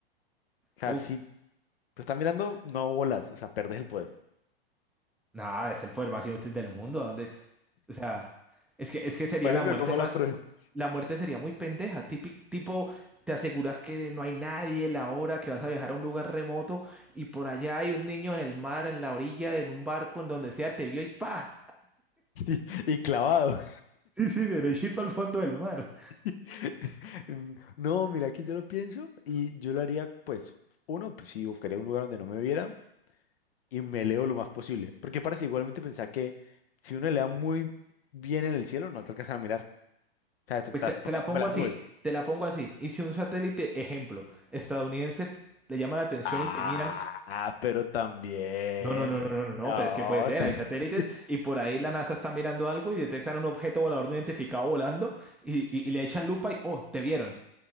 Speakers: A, on the left; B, in the centre.
A: O sea,
B: Uf,
A: si te están mirando, no volas, o sea, perdes el poder.
B: nada, es el poder más inútil del mundo, ¿a dónde? O sea, es que, es que sería
A: Por
B: la
A: eso,
B: muerte
A: ¿cómo
B: más
A: la prueba? <laughs>
B: La muerte sería muy pendeja, típico, tipo, te aseguras que no hay nadie, la hora que vas a viajar a un lugar remoto y por allá hay un niño en el mar, en la orilla, en un barco, en donde sea, te vio y ¡pa!
A: Y, y clavado.
B: Sí, sí, derechito al fondo del mar.
A: <laughs> Mm, No, mira que yo lo pienso y yo lo haría, pues, uno, pues sí, buscaría un lugar donde no me viera. y me leo lo más posible. Porque parece igualmente pensar que si uno lea muy bien en el cielo, no te alcanzan a mirar. O sea, tú
B: Pues
A: estás
B: te, te
A: por
B: la
A: encima
B: pongo
A: de
B: así,
A: las nubes.
B: te la pongo así. Y si un satélite, ejemplo, estadounidense, le llama la atención
A: Ah,
B: y te miran.
A: pero también.
B: No, no, no, no, no, no, no,
A: No,
B: pero es que puede ser,
A: <laughs>
B: hay satélites y por ahí la NASA está mirando algo y detectan un objeto volador no identificado volando y, y- y le echan lupa y, oh, te vieron.